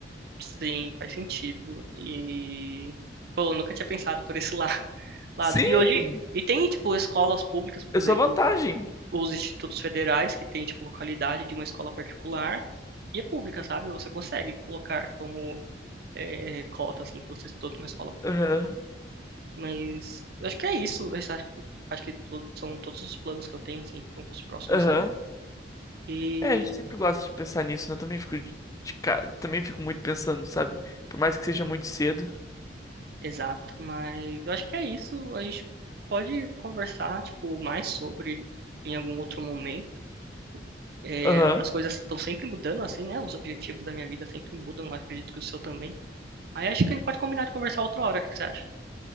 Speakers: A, on the right; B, on the left.
A: Sim, faz sentido. E, pô, eu nunca tinha pensado por esse la- <laughs> lado.
B: Sim!
A: E hoje, e tem, tipo, escolas públicas, por
B: Eu
A: exemplo,
B: sou a vantagem.
A: os institutos federais, que tem, tipo, a qualidade de uma escola particular, e é pública, sabe? Você consegue colocar como é, cota, assim, que você estudou numa escola pública.
B: Aham,
A: Mas, eu acho que é isso. Eu acho que, acho que to- são todos os planos que eu tenho, assim, para os próximos
B: aham.
A: anos. E
B: É, a gente sempre gosta de pensar nisso, né? Eu também fico de, de ca- também fico muito pensando, sabe? Por mais que seja muito cedo.
A: Exato, mas eu acho que é isso. A gente pode conversar, tipo, mais sobre em algum outro momento. É,
B: Aham.
A: as coisas estão sempre mudando, assim, né? Os objetivos da minha vida sempre mudam, eu acredito que o seu também. Aí acho que a gente pode combinar de conversar outra hora, o que que você acha?